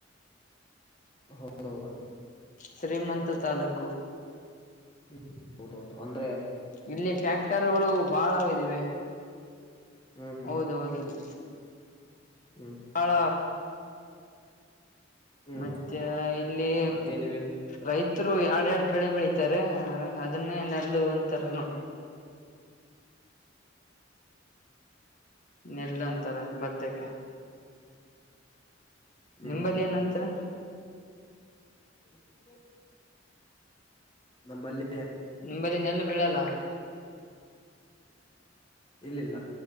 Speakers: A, on the left; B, on the left.
A: ಹೌದೌದ
B: ಶ್ರೀಮಂತ ತಾಲೂಕು
A: ಹ್ಮ್ ಹೌದೌದು ಅ
B: ಇಲ್ಲಿ ಫ್ಯಾಕ್ಟರಿಗಳು ಬಹಳ ಇದಿವೆ
A: ಹ್ಮ್ ಹ್ಮ್
B: ಹೌದ ಹೌದೌದು
A: ಹ್ಮ್
B: ಹಳ
A: ಹ್ಮ್
B: ಮತ್ತೆ
A: ಹ್ಮ್
B: ಇಲ್ಲಿ
A: ಮತ್ತೇನಿವೆ
B: ರೈತರು ಎರಡ್ಯಾಡ್ ಬೆಳೆ ಬೆಳೀಿತಾರೆ ಅದನ್ನೇ ನೆಲ್ಲ ಅಂತಾರೆ ನೋಡು ನೆಲ್ಲ ಅಂತಾರೆ ಭತ್ತಕ್ಕೆ
A: ಹ್ಮ್
B: ನಿಂಬಲ್ಲಿ
A: ಹ್ಮ್
B: ಏನಂತರ
A: ಹ ನಲ್ಲಿ
B: ನಿಂಬದನ್ಲ್ಲ ಬೆೀಳಲ್ಲ
A: ಇಲ್ಲಿ ಇಲ್ಲ